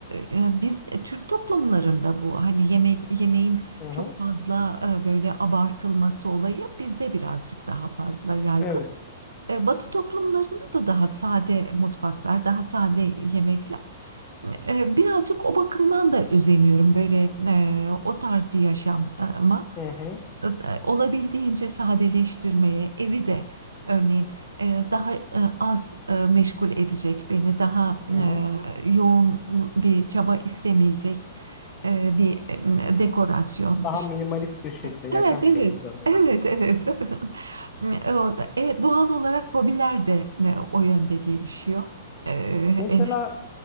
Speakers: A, on the right; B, on the left.
A: e, biz e, Türk toplumlarında bu hani yemek yemeğin
B: hı hı,
A: çok fazla e, böyle abartılması olayı bizde birazcık daha fazla yaygın.
B: Evet.
A: E, Batı toplumlarında da daha sade mutfaklar, daha sade yemekler. E, birazcık o bakımdan da özeniyorum böyle e, o tarz bir yaşama
B: hı hı,
A: e, olabildiğince sadeleştirmeye, evi de örneğin e, daha e, az e, meşgul edecek beni, daha e,
B: hı hı.
A: yoğun bir çaba istemeyecek e, bir e, dekorasyon
B: Daha
A: işte.
B: minimalist bir şekilde, yaşam
A: Evet,
B: şekline
A: evet.
B: dönmeyi.
A: Evet, evet. <laughs> E, o da- e, doğal olarak hobiler de e, o yönde gelişiyor. E,
B: Mesela
A: en-